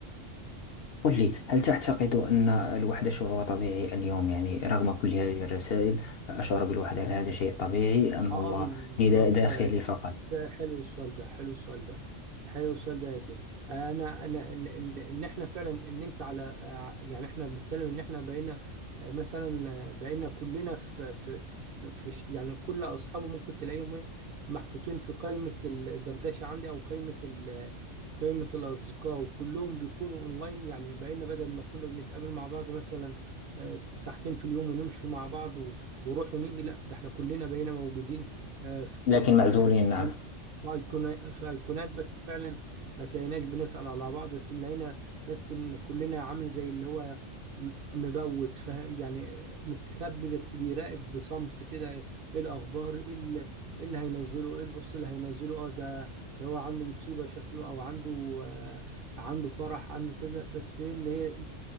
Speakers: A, on the left; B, on the right.
A: قل لي هل تعتقد أن الوحدة شعور طبيعي اليوم يعني رغم كل هذه الرسائل أشعر بالوحدة هل هذا شيء طبيعي أم
B: اه
A: هو
B: بالظبط
A: نداء داخلي فقط
B: ده حلو السؤال ده حلو السؤال ده حلو السؤال ده يا ياسين انا انا ان ان إن احنا فعلا ان انت على آه، يعني احنا بنتكلم ان احنا بقينا آه، مثلا آه، بقينا كلنا في في في في ش- يعني كل اصحابه ممكن تلاقيهم إيه؟ محطوطين في قائمة الدردشة عندي او قائمة ال قائمة الأصدقاء وكلهم بيكونوا أونلاين يعني بقينا بدل ما كنا بنتقابل مع بعض مثلا آه، ساعتين في اليوم ونمشي مع بعض وروح ونيجي لا ده احنا كلنا بقينا موجودين آه، في
A: لكن
B: كو- في
A: معزولين
B: خ- في
A: نعم
B: خل- في أيقونة- في ايقونات بس فعلا ما تلاقيناش بنسأل على بعض تلاقينا بس ان كلنا عامل زي اللي هو م- مبوت فه- يعني مستخبي بس بيراقب بصمت كده ايه الاخبار ايه ال- إيه اللي هينزله ايه البص اللي هينزله اه ده ده هو عنده مصيبة شكله او عنده آه عنده فرح عنده كذا بس ايه اللي هي